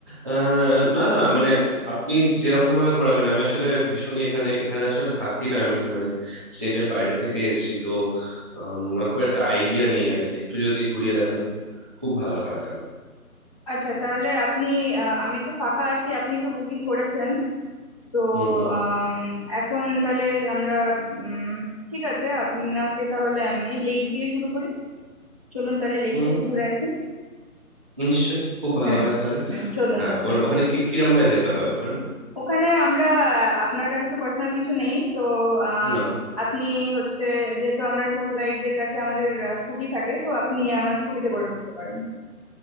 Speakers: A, in the centre; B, on the left (about 20°).
A: আহ, না না মানে আপনি যেরকম ভাবে ঘোরাবেন আমি আসলে ভীষণই এখানে এখানে আসলে থাকি না আমি মানে স্টেটের বাইরে থেকে এসেছি তো আম, আমার খুব একটা আইডিয়া নেই আর কি একটু যদি ঘুরিয়ে দেখান খুব ভালো হয় তাহলে
B: আচ্ছা তাহলে আপনি আহ, আমি তো ফাঁকা আছি আপনি তো বুকিং করেছেন তো
A: হুম হুম
B: আম, এখন তাহলে আমরা উম ঠিক আছে আপনাকে তাহলে আমি লেক দিয়ে শুরু করি চলুন তাহলে লেক
A: হুম
B: থেকে ঘুরে আসি
A: নিশ্চয়ই খুব ভালো
B: হুম
A: হয় তাহলে
B: হুম চলুন
A: হ্যাঁ
B: তাহলে
A: ওর ওখানে কি কিরম ভাবে যেতে হয় ওখানে
B: ওখানে আমরা আহ, আপনার কাছে তো পার্সোনাল কিছু নেই তো আম,
A: না
B: আপনি হচ্ছে যেহেতু আমরা ট্যুর গাইডদের কাছে আমাদের স্কুটি থাকে তো আপনি আমার স্কুটিতে করে ঘুরতে পারেন